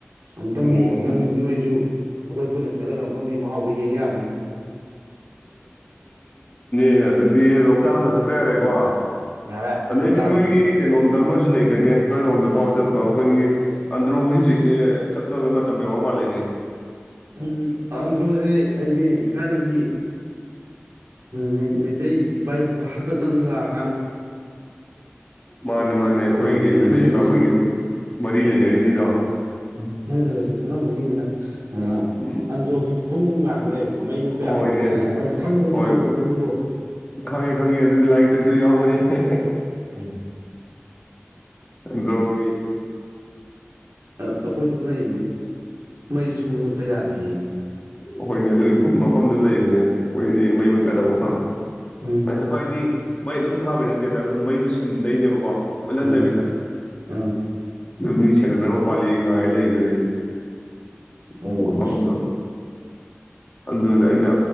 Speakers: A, on the right; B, on the left.
A: ꯑꯃꯨꯛꯇꯪꯗꯤ
B: ꯑꯣ
A: ꯅꯪ ꯅꯣꯏ ꯖꯨ ꯑꯈꯣꯏ ꯄꯨꯟꯅ ꯆꯠꯂꯒ ꯑꯃꯨꯛꯇꯪꯗꯤ ꯃꯍꯥꯎꯗꫭ ꯌꯦꯡ ꯌꯥꯕꯅꯤ
B: ꯑꯦ ꯑꯗꯨꯗꯤ ꯂꯣꯛꯇꯥꯛ ꯑꯃ ꯆꯠꯄ ꯌꯥꯔꯦꯀꯣ
A: ꯌꯥꯔꯦ
B: ꯑꯗꯩꯗꯤ
A: ꯂꯣꯛꯇꯥꯛ
B: ꯅꯣꯏꯒꯤ
A: ꯑꯃꯁꯨ
B: ꯀꯩꯅꯣ ꯑꯃꯁꯨ ꯂꯩꯗꯣꯏꯅꯦ ꯅꯣꯏꯔꯣꯝꯗ ꯐꯥꯎꯔ ꯆꯠꯄ ꯑꯈꯣꯏꯒꯤ ꯑꯟꯗ꯭ꯔꯣ ꯍꯧꯖꯤꯛ ꯍꯧꯖꯤꯛꯁꯦ ꯆꯠꯅꯕ ꯃꯇꯝ ꯌꯥꯎꯔ ꯃꯥꯜꯂꯦꯅꯦ
A: ꯎꯝ ꯑꯟꯗ꯭ꯔꯣꯖꯦ ꯑꯩꯗꯤ ꯊꯥꯏꯅꯒꯤ ꯎꯝ ꯃꯩꯇꯩ ꯏꯄꯥ ꯏꯄꯨꯒꯤ ꯍꯥꯛꯇꯛ ꯂꫭꯝꯗ ꯂꯥꯛ
B: ꯃꯥꯅꯦ ꯃꯥꯅꯦ ꯑꯈꯣꯏꯒꯤ
A: ꯍꯥꯏꯗꯤ
B: ꯃꯩꯇꯩꯒꯤꯗ
A: ꯅꯣꯏꯅꯒ
B: ꯑꯈꯣꯏꯒꯤ
A: ꯁꯨꯝ
B: ꯃꯔꯤ ꯂꯩꯅꯔꯤꯅꯤꯗꯣ
A: ꯎꯝ ꯅꯣꯏꯅꯒꯁꯨ ꯈꯪꯉꯝꯒꯅꯤ ꯍꯦꯟꯅ ꯑ
B: ꯎꯝ
A: ꯑꯟꯗ꯭ꯔꫭꯒꯤ ꯊꯨꯡ ꯌꯥꯝ ꯂꯩꯕ ꯑꯣ ꯃꯩ ꯃꯨꯠꯄ
B: ꯍꯣꯏꯅꯦ
A: ꯌꯥꯗꯕ ꯃꯐꯝꯅꯤ ꯍꯥꯏ ꯍꯥꯏꯕ ꯈꯪꯕ꯭ꯔꯗꯨꯒꯤ
B: ꯍꯣꯏ
A: ꯃꯔꯝꯗꯕꯨ ꯅꯪꯕꫭ
B: ꯈꯪꯉꯦ ꯈꯪꯉꯦ ꯑꯗꯨꯗꯤ ꯂꯥꯏꯛ ꯇꯖꯨ ꯌꯥꯎꯕꯅꯦ ꯍꯦ ꯍꯦ
A: ꯎꯝ
B: ꯑꯟꯗ꯭ꯔꯣꯒꯤ
A: ꯑ ꯑꯈꯣꯏꯖꯨ ꯉꯛꯏꯝꯅꯤ ꯃꯩ ꯁꯨꯡꯃꯨꯠ ꯃꯨꯠꯄ ꯌꯥꯗꯦꯌꯦ
B: ꯑꯈꯣꯏꯅꯦ ꯑꯗꯨꯒꯤ ꯃꯐꯝ ꯃꯐꯝꯗꯨ ꯂꯩꯕꯅꯦ ꯑꯈꯣꯏꯒꯤ ꯃꯩ ꯃꯨꯠꯛꯄ ꯆꯥꯗꯕ ꯃꯐꯝ
A: ꯎꯝ
B: ꯑꯗꯨꯍꯥꯏꯗꯤ ꯃꯩ ꯑꯗꯨꯝ ꯊꯥꯕꯩ ꯅꯠꯇꯦꯗ ꯑꯗꯨꯝ ꯃꯩꯗꯨ ꯁꯤꯟꯗꯩꯅꯦꯕꯀꯣ ꯃꯨꯠꯍꯟꯗꯕꯤꯗ
A: ꯎꯝ ꯑꯥ
B: ꯑꯗꯨ ꯃꯤ ꯁꯦꯟꯅꯅꯕ ꯄꯥꯜꯂꯤ ꯅꯥꯏꯔ ꯂꯩꯗꯨꯗꯤ
A: ꯑꯣ
B: ꯃꯐꯝꯗ ꯑꯗꯨꯅꯤ ꯑꯩꯅ